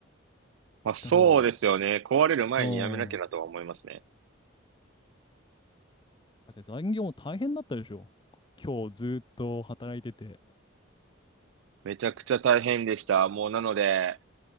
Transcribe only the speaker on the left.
だから、
うん。だって残業も大変だったでしょ。今日ずっと働いてて。